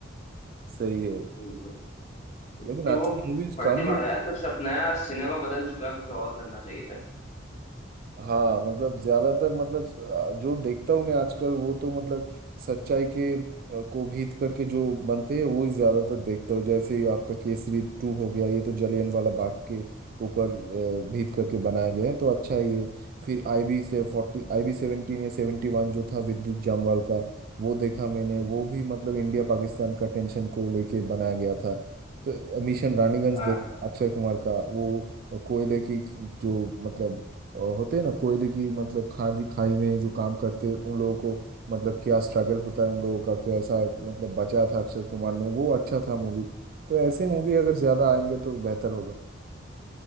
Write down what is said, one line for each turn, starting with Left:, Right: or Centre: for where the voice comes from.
Right: सही है
Left: बिल्कुल क्योंकि
Right: लेकिन
Left: वो
Right: अच्छी मूवीज
Left: फर्जी
Right: कम
Left: पड़ा
Right: भी
Left: है यार कुछ अब नया सिनेमा बदल चुका है कुछ और करना चाहिए था
Right: हाँ मतलब ज्यादातर मतलब अ, जो देखता हूँ मैं आजकल वो तो मतलब सच्चाई के अ, को भीत करके जो बनते हैं वो ही ज्यादातर देखता हूँ जैसे ये आपका केसरी टू हो गया ये तो जलियन वाला बाग के ऊपर अ, भीत करके बनाया गया है तो अच्छा है ये फिर आईबी से फोर्टी आईबी सेवेंटीन या सेवेंटी वन जो था विद्युत जामवाल का वो देखा मैंने वो भी मतलब इंडिया पाकिस्तान का टेंशन को लेके बनाया गया था तो मिशन रानीगंज
Left: हाँ
Right: देखा अक्षय कुमार का वो कोयले की जो मतलब और होते हैं ना कोयले की मतलब खादी खाई में जो काम करते हैं, उन लोगों को मतलब क्या स्ट्रगल होता है उन लोगों का कैसा मतलब बचा था अक्षय कुमार ने वो अच्छा था मूवी तो ऐसे मूवी अगर ज्यादा आएंगे तो बेहतर होगा